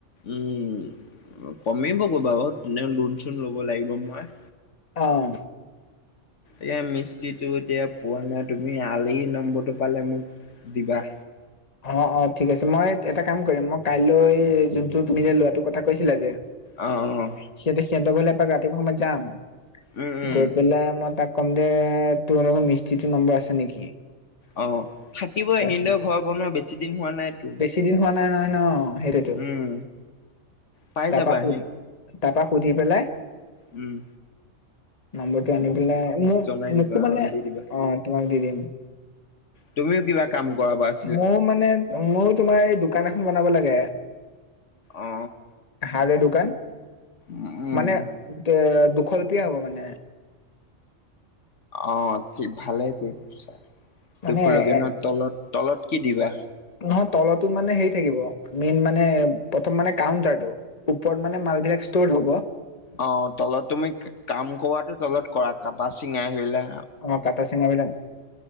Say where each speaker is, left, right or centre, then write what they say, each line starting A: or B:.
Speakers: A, on the left; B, on the left.
A: উম্, কমিবগৈ বাৰু তেনেও লোন চোন ল'ব লাগিব মই।
B: অ',
A: এইয়া মিস্ত্ৰীটো এতিয়া পোৱা নাই, তুমি আলি নম্বৰটো পালে মোক দিবা।
B: অ', অ', ঠিক আছে, মই এটা কাম কৰিম মই কাইলৈ যোনটো তুমি যে ল'ৰাটো কথা কৈছিলা যে।
A: অ', অ',
B: সিহঁতে, সিহঁতৰ ঘৰলে এপাক ৰাতিপুৱা সময়ত যাম,
A: উম উম
B: গৈ পেলাই মই তাক- কম যে তোমালোকৰ মিস্ত্ৰীটো নম্বৰ আছে নেকি?
A: অ', থাকিবই
B: কৈছে,
A: সিহঁতও ঘৰ বনোৱা বেছি- দিন হোৱা নাইতো
B: বেছি দিন হোৱা নাই নহয় ন, সেইটোৱেইতো।
A: উম পাই
B: তাৰপা
A: যাবা
B: সুধি,
A: সি
B: তাৰপা সুধি পেলাই।
A: উম
B: নম্বৰটো আনি
A: মোক
B: পেলাই, মোক
A: জনাই দিবা
B: মোকো মানে
A: অ দি দিবা
B: অ', তোমাক দি দিম।
A: তুমিও কিবা কাম কৰাবা-
B: মোৰো মানে, মইয়ো তোমাৰ এই দোকান এখন বনাব লাগে।
A: অ
B: হাৰ্ডৱেৰ দোকান,
A: উম
B: মানে- এ দুখলপীয়া হ'ব মানে।
A: অ', ঠিক ভালে কৰিব চা,
B: মানে
A: দুখ লপিয়া
B: এ
A: ন, তলত তলত কি দিবা।
B: নহয় তলতোট মানে হেৰি থাকিব, মেইন মানে প্ৰথম মানে কাউণ্টাৰটো। ওপৰত মানে মাল বিলাক ষ্ট'ৰ হ'ব।
A: অ', তলত তুমি কাম কৰোৱাতটো তলত কৰা, কটা চিঙাই আহিলা।
B: অ', কটা চিঙা বিলাক।